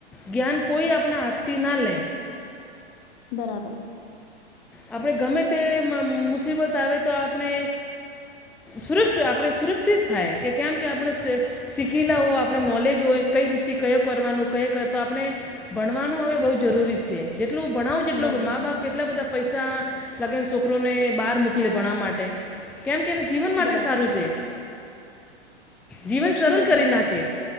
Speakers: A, in the centre; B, on the left.
A: જ્ઞાન કોઈ આપણા હાથથી ના લે
B: બરાબર.
A: આપણે ગમે તે મુસીબત આવે તો આપણે સુરક્ષિત આપણે સુરક્ષિત થાય કે કેમ કે આપણે શીખેલા હો આપણે નોલેજ હોય કઈ રીતે કયો કરવાનું કયો તો આપણે ભણવાનું હવે બહુ જરૂરી છે જેટલું ભણાવું જેટલું
B: બરાબર
A: મા બાપ કેટલા બધા પૈસા લાગેને છોકરોને બહાર મોકલે ભણવા માટે. કેમ કે એને જીવન માટે
B: બરાબર
A: સારું છે જીવન
B: શિક્ષણ
A: સરળ
B: એટલે
A: કરી નાખે